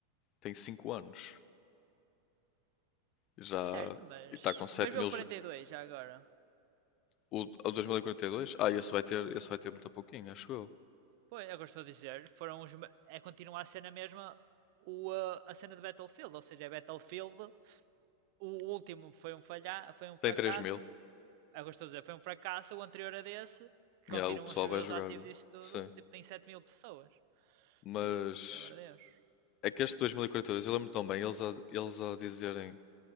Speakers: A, on the left; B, on the right.
A: tem 5 anos. Já.
B: Certo, mas.
A: E está com 7
B: Mas veio
A: mil.
B: o 42
A: jo-
B: já agora.
A: O, o 2042? Ah, esse vai ter, esse vai ter muito pouquinho, acho eu.
B: Pois, é o que eu estou a dizer, foram os. É continuar a cena mesma o, uh, a cena de Battlefield, ou seja, é Battlefield, o último foi um falha, foi um fracasso,
A: Tem 3 mil.
B: é o que eu estou a dizer, foi um fracasso, o anterior a desse, que
A: Yeah,
B: continuam
A: o pessoal
B: os servidores
A: vai jogar.
B: ativos disso tudo,
A: Sim.
B: tipo, tem 7 mil pessoas.
A: Mas.
B: É tipo, por amor de Deus.
A: É que este 2042, eu lembro tão bem, eles a, eles a dizerem